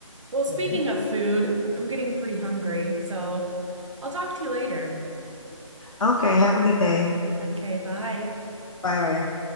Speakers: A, on the right (about 60°); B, on the left (about 75°).
A: Well, speaking
B: yeah.
A: of food, I'm getting pretty hungry, so I'll talk to you later.
B: Okay, have a good day.
A: Okay, bye.
B: Bye bye.